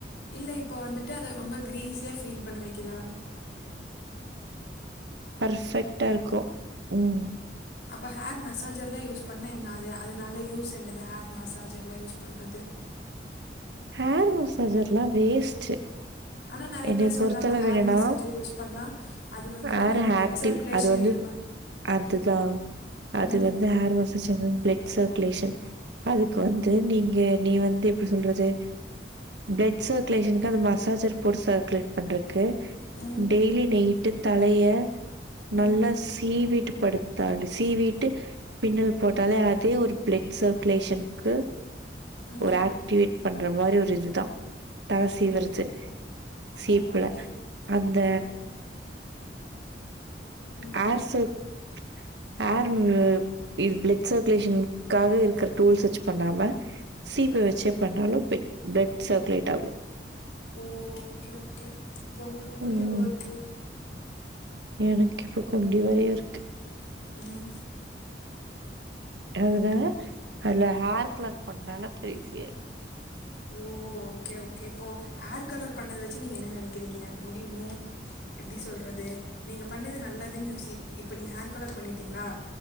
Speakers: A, on the left (about 80°); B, on the right (about 80°).
A: இல்ல இப்ப வந்துட்டு அத ரொம்ப கிரீஸியா பீல் பண்ண வெக்குதா
B: பர்ஃபெக்டா இருக்கோ ம்
A: அப்ப ஹேர் மசாஜர்ல யூஸ் பண்ண என்ன அது அதனால யூஸ் என்னங்க ஹேர் மசாஜர்ல யூஸ் பண்றது
B: ஹேர் மஸாஜர் எல்லாம் வேஸ்ட்டு
A: ஆனால் நிறைய
B: என்னய
A: பேர் சொல்கிறாங்க
B: பொறுத்தளவு
A: ஹேர்
B: என்னனா
A: மசாஜர் யூஸ் பண்ணால் அது வந்துட்டு
B: ஹேர்
A: நம்ம
B: ஆக்டிவ்
A: சர்க்குலேஷனை
B: அது வந்து
A: இது பண்
B: அதுதான்
A: ம்
B: அது வந்து ஹேர் மசாச்சுங்க பிளட் சர்க்குலேஷன் அதுக்கு வந்து நீங்க நீ வந்து எப்படி சொல்றது. பிளட் சர்க்குலேஷனு்க்கு அந்த மசாஜர் பிலெட் சா்குலேட் பண்றதுக்கு
A: ம்
B: டெய்லி நைட் விட்டு தலைய
A: ம்
B: நல்லா சீ வீட்டு படுத்தாள் சீவிட் பின்னல் போட்டாலே அதே ஒரு பிளட் சர்க்குலேஷனுக்கு
A: ம்
B: ஒரு அக்டிவிக் பண்ற மாதிரி ஒரு இதுதான் தல
A: அப்படியா
B: சீவுரது சீப்புல
A: ஓகே
B: அந்த
A: ஆஹா ம்
B: ஹேர் சோக் ஹேர் இது பிளட் சர்க்குலேஷனுக்காக இருக்க டூல்ஸ் வச்சு பண்ணாம சீப
A: ஆ
B: வச்சே பண்ணாலும் பெட் ப்ளட் சர்க்குலேட் ஆகும்
A: ஓ ஓகே ஓகே இப்போ உங்களுக்கு முடி
B: உம்
A: எவ்வளோ
B: உம்
A: இருக்குது
B: எனக்கு இப்ப கொஞ்சம் நறய இருக்கு
A: ம்
B: அதனால அதுல ஹேர் கலர் பண்ணால பெரிசியே
A: ஓ ஓகே ஓகே இப்போ ஹேர் கலர் பண்ணத வச்சு நீங்க என்ன நனைக்கிறீங்க முடி இன்னு எப்டி சொல்றது நீங்க பண்ணது நல்லதுன்னு யோசி இப்ப நீங்க ஹேர் கலர் பண்ணிட்டீங்களா